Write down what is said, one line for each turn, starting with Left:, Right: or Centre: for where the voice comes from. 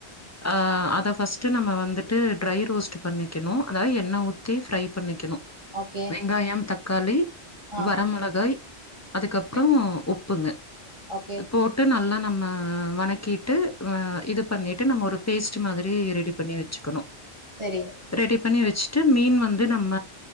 Left: ஆ அத ஃபர்ஸ்ட்டு நம்ம வந்துட்டு ட்ரை ரோஸ்ட் பண்ணிக்கணு அதாவது எண்ணெய் ஊத்தி ஃப்ரை பண்ணிக்கணு
Right: ஓகே
Left: வெங்காயம் தக்காளி
Right: ஆ
Left: வரமிளகாய் அதுக்கப்பறோ
Right: ம்
Left: உப்புங்க
Right: ஓகே
Left: போட்டு நல்லா நம்ம வணக்கிட்டு ஆ இது பண்ணிட்டு நம்ம ஒரு பேஸ்ட் மாரி ரெடி பண்ணி வச்சுக்கணு
Right: செரி
Left: ரெடி பண்ணி வச்சுட்டு மீன் வந்து நம்ம